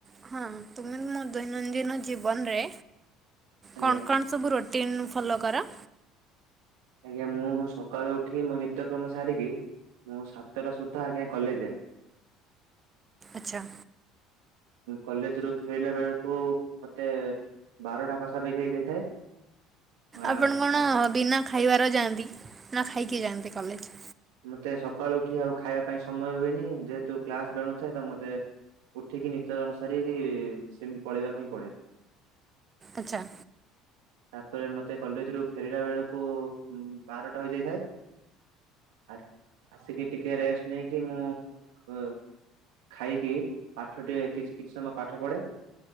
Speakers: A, on the right; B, on the right.
A: ହଁ ତୁମେ ମୋ ଦୈନନ୍ଦିନ ଜୀବନରେ
B: ଆଜ୍ଞା
A: କଣ କଣ ସବୁ ରୁଟିନ୍ ଫଲୋ କର?
B: ଆଜ୍ଞା ମୁଁ ସକାଳୁ ଉଠି ମୋ ନିତ୍ୟକ୍ରମ ସାରିକି ମୁଁ ସାତଟା ସୁଦ୍ଧା ଆଜ୍ଞା କଲେଜ ଯାଏ।
A: ଆଚ୍ଛା
B: କଲେଜ ରୁ ଫେରିଲା ବେଳକୁ ମତେ ବାରଟା ପାଖାପାଖି ହେଇଯାଇଥାଏ। ଆ
A: ଆପଣ କଣ
B: ଆସ
A: ବିନା ଖାଇବାର ଯାଆନ୍ତି ନା ଖାଇକି ଯାଆନ୍ତି କଲେଜ?
B: ମତେ ସକାଳୁ ଉଠି ଆଉ ଖାଇବା ପାଇଁ ସମୟ ହୁଏନି ଯେହେତୁ କ୍ଲାସ ବେଣୁଥାଏ ତ ମତେ ଉଠିକି ନିତ୍ୟ କର୍ମ ସାରି ସେମିତି ପଳେଇବାକୁ ହିଁ ପଡେ।
A: ଆଚ୍ଛା
B: ତାପରେ ମୋତେ କଲେଜରୁ ଫେରିଲା ବେଳକୁ ବାରଟା ହୋଇଯାଇଥାଏ। ଆ ଆସିକି ଟିକେ ରେଷ୍ଟ ନେଇକି ମୁଁ ଖାଇକି ପାଠ ଟେ କିଛି ସମୟ ପାଠ ପଢେ